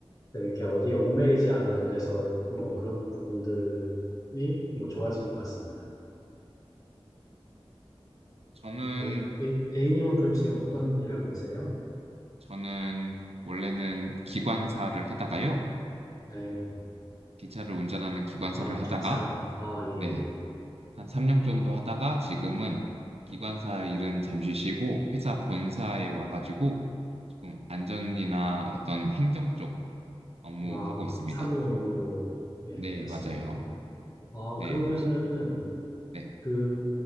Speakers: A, on the left; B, on the right.
A: 네, 이렇게 어디 얽매이지 않아도 돼서 뭐 그런 부분들이 뭐 좋아지는 것 같습니다.
B: 저는
A: 어, A- A님은 그럼 지금 어떤 일 하고 계세요?
B: 저는 원래는 기관사를 하다가요.
A: 네,
B: 기차를 운전하는 기관사를
A: 아,
B: 하다가
A: 기차, 아, 예,
B: 네.
A: 예.
B: 한 3년 정도 하다가 지금은 기관사 일은 잠시 쉬고 회사 본사에 와가지고 조금 안전이나 어떤 행정 쪽 업무
A: 아,
B: 하고 있습니다.
A: 사무 업무로, 예,
B: 네,
A: 하시는군요.
B: 맞아요.
A: 아,
B: 네,
A: 그러면은
B: 그래서 네,
A: 그,